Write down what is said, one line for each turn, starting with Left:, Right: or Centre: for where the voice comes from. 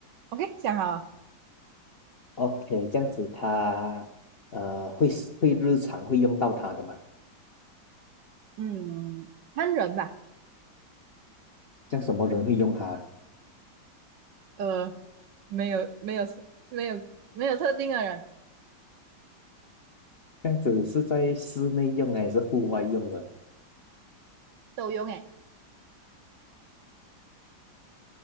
Right: OK，想好
Left: OK，这样子他呃会会日常会用到它的嘛？
Right: 嗯，看人吧，
Left: 像什么人会用它？
Right: 呃，没有没有没有没有特定的人
Left: 这样子是在室内用还是户外用的？
Right: 都用诶，